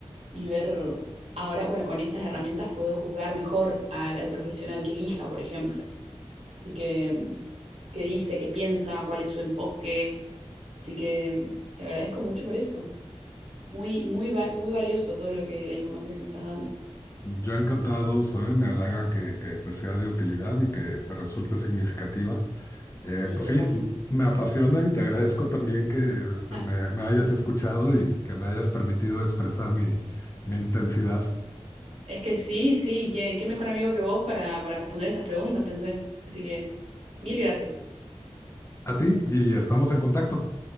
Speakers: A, on the right; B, on the left.
A: y ver, ahora, bueno, con estas herramientas puedo juzgar mejor al, al profesional que elija, por ejemplo. Así que, qué dice, qué piensa, cuál es su enfoque. Así que te agradezco mucho por eso. Muy, muy, va- muy valioso todo lo que, la información que me estás dando.
B: Yo encantado soy, me halaga que, que te sea de utilidad y que te resulte significativa. Eh,
A: Sí,
B: pues
A: totalmente.
B: sí, me apasiona y te agradezco también que este,
A: Ah,
B: me, me hayas escuchado y que me hayas permitido expresar mi, mi intensidad
A: es que sí, sí, qué, qué mejor amigo que vos para, para responder estas preguntas, pensé. Así que, mil gracias.
B: a ti y estamos en contacto.